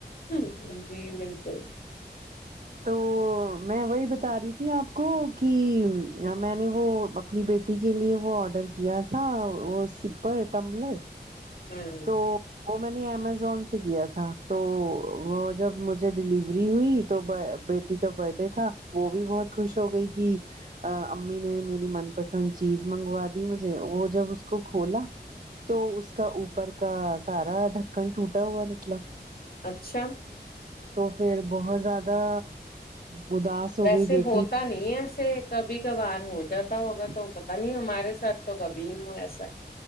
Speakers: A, on the left (about 60°); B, on the right (about 45°).
A: ہ جی بالکل
B: تو میں وہی بتا رہی تھی آپ کو کی میں نے وہ اپنی بیٹی ٹی کے لیے وہ آڈر کیا تھا وہ سپر ٹملر
A: ہوں
B: تو وہ میں نے امیزون سے کیا تھا تو وہ جب مجھے ڈلیوری ری ہوئی تو بیٹی کا برتھ ڈے تھا وہ بھی بہت خوش ہو گئی کہ امی نے میری من پسند چیز منگوا دی مجھے وہ جب اس کو کھولا تو اس کا اوپر کا سارا ڈھکن ٹوٹا ہوا نکلا
A: اچھا
B: تو پھر بہت زیادہ اداس ہو
A: ویسے
B: گئی بیٹی
A: ہوتا نہیں ہے ایسے کبھی کب بار ہو جاتا ہوگا تو پتا نہیں ہمارے ساتھ تو کبھی نہیں ہوا ایسا